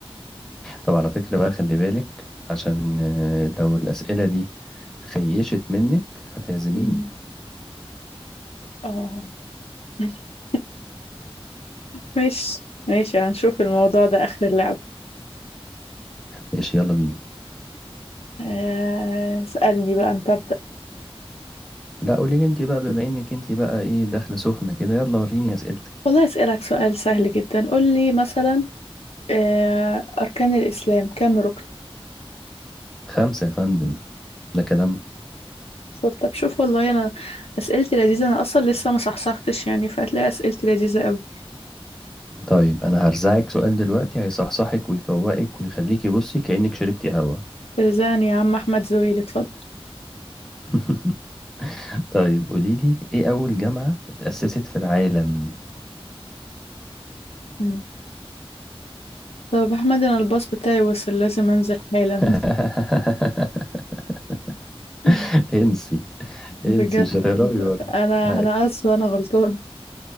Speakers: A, in the centre; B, on the left.
A: طب على فكره بقى خلي بالك عشان آه، لو الاسئله دي خيشت منك هتعزميني
B: مم. اه <laughs> ماشي ماشي هنشوف الموضوع ده آخر اللعبة
A: ماشي يلا بينا
B: آه، اسألني بقى أنت أبدأ
A: لا قولي لي انت بقى بما انك انت بقى ايه داخله سخنه كده يلا وريني اسئلتك
B: والله أسألك سؤال سهل جدا قول لي مثلا آه، أركان الإسلام كم ركن
A: خمسه يا فندم ده كلام
B: شوف طب شوف والله أنا أسئلتي لذيذة أنا أصلا لسه ما صحصحتش يعني فهتلاقي أسئلتي لذيذة أوي
A: طيب انا هرزعك سؤال دلوقتي هيصحصحك ويفوقك ويخليكي بصي كأنك شربتي قهوه
B: رزقني يا عم أحمد زويل اتفضل
A: <laughs> طيب قولي لي ايه اول جامعه اتأسست في العالم
B: مم. طب أحمد أنا الباص بتاعي وصل لازم أنزل حالا
A: <laughs>
B: <laughs>
A: انسي
B: بجد
A: انسي مش هتهربي برضه
B: أنا
A: هاي.
B: أنا آسفة أنا غلطانة